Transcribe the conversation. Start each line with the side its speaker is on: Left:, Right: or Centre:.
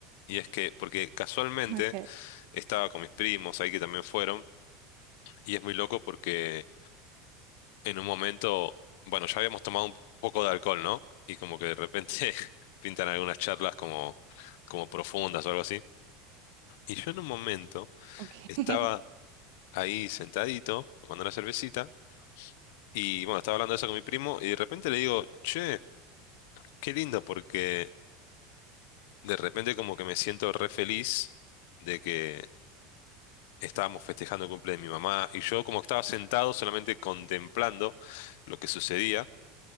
Left: y es que, porque casualmente
Right: Okay,
Left: estaba con mis primos ahí que también fueron, y es muy loco porque... en un momento, bueno, ya habíamos tomado un poco de alcohol, ¿no? Y como que de repente <laughs> pintan algunas charlas como, como profundas o algo así. Y yo en un momento
Right: okay.
Left: estaba
Right: <laughs>
Left: ahí sentadito, tomando una cervecita, y bueno, estaba hablando de eso con mi primo, y de repente le digo, che, qué lindo, porque de repente como que me siento re feliz de que estábamos festejando el cumple de mi mamá, y yo como que estaba sentado solamente contemplando lo que sucedía.